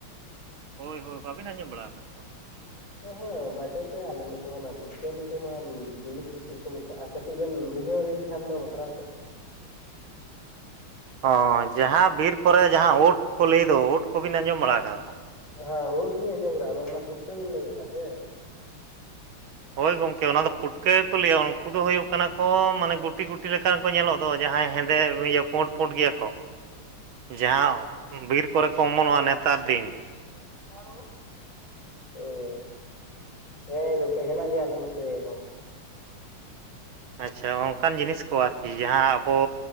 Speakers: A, on the right; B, on the left.
A: ᱦᱳᱭ ᱦᱳᱭ, ᱵᱟᱵᱤᱱ ᱟᱸᱡᱚᱢ ᱵᱟᱲᱟ ᱠᱟᱜ ᱠᱚᱣᱟ? <inaudible>
B: ᱦᱮᱸ ᱵᱟᱪᱚ ᱥᱮ ᱟᱞᱮ ᱱᱚᱛᱮ ᱢᱟ ᱚᱱᱟ ᱯᱩᱴᱠᱟᱹ ᱧᱩᱛᱩᱢᱟᱱ ᱡᱤᱱᱤᱥ ᱫᱚ ᱪᱮᱜ ᱠᱚ ᱢᱮᱛᱟᱜᱼᱴ-ᱟ ᱠᱟᱹᱴᱤᱡ ᱵᱮᱱ ᱵᱩᱡᱷᱟᱹᱣ ᱟᱞᱤᱧ ᱠᱷᱟᱱ ᱫᱚ ᱵᱟᱛᱨᱟᱣ ᱠᱚᱜ-ᱟ᱾
A: ᱚ, ᱡᱟᱦᱟᱸ ᱵᱤᱨ ᱠᱚᱨᱮ ᱡᱟᱦᱟᱸ ᱳᱫ ᱠᱚ ᱞᱟᱹᱭ ᱫᱚ ᱳᱫ ᱠᱚᱵᱤᱱ ᱟᱸᱡᱚᱢ ᱵᱟᱲᱟ ᱠᱟᱫᱟ ᱛᱚ?
B: ᱦᱟᱸ, ᱩᱫ ᱫᱚᱞᱤᱧ ᱟᱸᱡᱚᱢ ᱠᱟᱫᱟ, ᱟᱵᱟᱨ ᱚᱱᱟ ᱯᱷᱩᱴᱠᱟᱹ ᱵᱤᱱ ᱞᱟᱹᱭᱮᱜ-ᱟ ᱥᱮ᱾
A: ᱦᱳᱭ ᱜᱚᱝᱠᱮ ᱚᱱᱟ ᱫᱚ ᱯᱩᱴᱠᱟᱹ ᱜᱮᱠᱚ ᱞᱟᱹᱭᱟ ᱩᱱᱠᱩ ᱫᱚ ᱦᱩᱭᱩᱜ ᱠᱟᱱᱟ ᱠᱚ ᱢᱟᱱᱮ ᱜᱩᱴᱤ ᱜᱩᱴᱤ ᱞᱮᱠᱟ ᱠᱚ ᱧᱮᱞᱚᱜ ᱫᱚ ᱡᱟᱦᱟᱸᱭ ᱦᱮᱸᱫᱮ ᱤᱭᱟᱹ ᱯᱩᱸᱰ ᱯᱩᱸᱰ ᱜᱮᱭᱟ ᱠᱚ᱾ ᱡᱟᱸᱦᱟ ᱵᱤᱨ ᱠᱚᱨᱮ ᱠᱚ ᱚᱢᱚᱱᱚᱜ-ᱟ ᱱᱮᱛᱟᱨ ᱫᱤᱱ᱾
B: ᱩᱞᱞᱩ ᱟᱲᱳ, ᱩᱸ᱾ ᱦᱮᱸ ᱜᱚᱝᱠᱮ ᱦᱮᱱᱟᱜ ᱜᱮᱭᱟ ᱟᱞᱮ ᱱᱚᱛᱮ ᱦᱚᱸ᱾
A: ᱟᱪᱪᱷᱟ ᱚᱝᱠᱟᱱ ᱡᱤᱱᱤᱥ ᱠᱚ ᱟᱨᱠᱤ ᱡᱟᱦᱟᱸ ᱟᱵᱚ